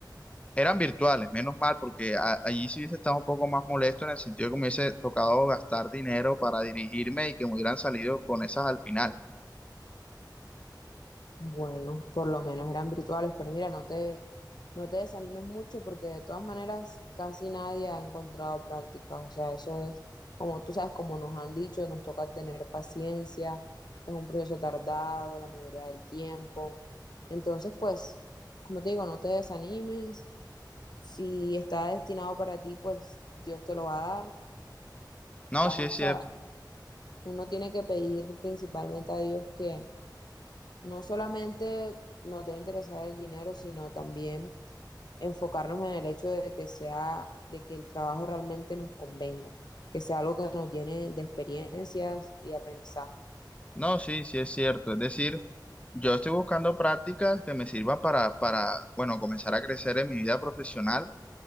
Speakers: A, on the left (about 15°); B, on the left (about 65°).
A: Eran virtuales, menos mal, porque a- allí sí hubiese estado un poco más molesto en el sentido de que me hubiese tocado gastar dinero para dirigirme y que me hubieran salido con esas al final.
B: Bueno, por lo menos eran virtuales, pero mira, no te, no te desanimes mucho porque de todas maneras casi nadie ha encontrado prácticas. O sea, eso es, como tú sabes, como nos han dicho, nos toca tener paciencia, es un proceso tardado la mayoría del tiempo. Entonces, pues, como te digo, no te desanimes. Si está destinado para ti, pues Dios te lo va a dar.
A: No,
B: Vas
A: sí
B: a,
A: es
B: o
A: cierto.
B: sea, uno tiene que pedir principalmente a Dios que no solamente nos debe interesar el dinero, sino también enfocarnos en el hecho de que sea, de que el trabajo realmente nos convenga, que sea algo que nos llene de experiencias y de aprendizaje.
A: No, sí, sí es cierto. Es decir, yo estoy buscando prácticas que me sirvan para, para, bueno, comenzar a crecer en mi vida profesional.